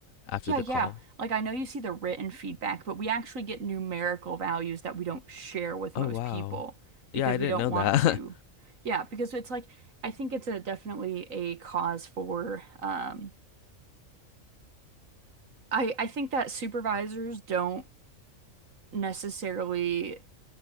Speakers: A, on the left; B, on the right.
A: after
B: Yeah,
A: the
B: yeah.
A: call.
B: Like I know you see the written feedback, but we actually get numerical values that we don't share with
A: Oh,
B: most
A: wow.
B: people because
A: Yeah, I didn't
B: we don't
A: know
B: want
A: that.
B: to. Yeah, because it's like I think it's a definitely a cause for um I I think that supervisors don't necessarily